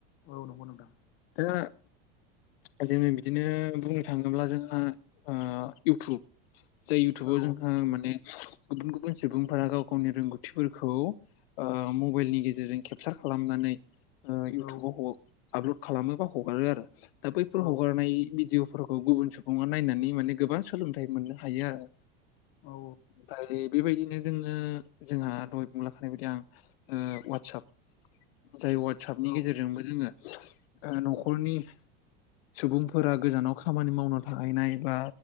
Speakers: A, on the left; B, on the left.
A: औ नंगौ नोंथां।
B: <inaudible> जोङो बिदिनो बुंनो थाङोब्ला जोंहा ओ इउटुब, जाय इयउटुबाव
A: औ
B: जोंहा माने गुबुन गुबुन सुबुंफोरा गाव गावनि रोंगौथिफोरखौ ओ मबाइलनि गेजेरजों केपसार खालामनानै ओ इउटुबाव
A: औ
B: आपलड खालामो बा हगारो आरो दा बैफोर
A: औ
B: हगारनाय भिडिअ फोरफोरखौ गुबुन सुबङा नायनानै माने गोबां सोलोंथाइ मोननो हायो आरो
A: औ
B: ओमफ्राय। बेबायदिनो जोङो जोंहा दहाय बुंलाखानाय बायदि आं वाटसप जाय वाटसपनि
A: औ
B: गेजेरजोंबो
A: औ
B: जोङो न'खरनि सुबुंफोरा गोजानाव खामानि मावना थाहैनाय बा